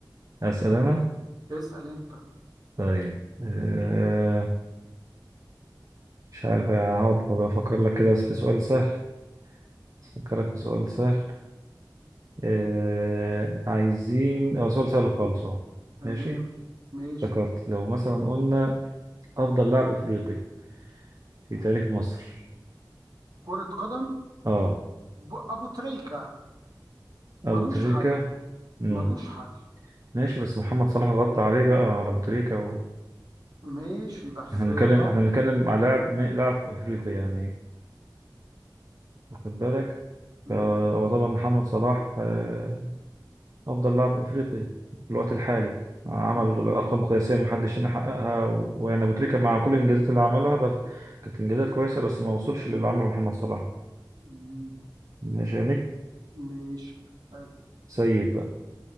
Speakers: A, on the right; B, on the right.
A: أسأل أنا
B: اسأل أنت
A: طيب آه، مش عارف هقعد بفكر لك كده في سؤال سهل أفكرك في سؤال سهل آه عايزين أو سؤال سهل خالص أهو
B: تمام
A: ماشي
B: ماشي
A: افتكرت لو مثلا قلنا أفضل لاعب إفريقي في تاريخ مصر
B: كرة قدم
A: أه
B: ب... أبو تريكة
A: أبو
B: ملوش
A: تريكة
B: حل
A: مم.
B: ملوش حل
A: ماشي بس محمد صلاح غطى عليه بقى على أبو تريكة و...
B: ماشي بس
A: إحنا بنتكلم
B: برضو
A: إحنا بنتكلم على لاعب م- لاعب إفريقي يعني واخد بالك
B: م-
A: فهو طبعا محمد صلاح آه أفضل لاعب أفريقي في الوقت الحالي عمل
B: م-
A: أرقام قياسية محدش هنا حققها و- ويعني أبو تريكة مع كل الإنجازات اللي عملها بس كانت إنجازات كويسة بس ما وصلش للي عمله محمد صلاح
B: م-
A: مش هنك
B: ماشي حلو
A: سيب بقى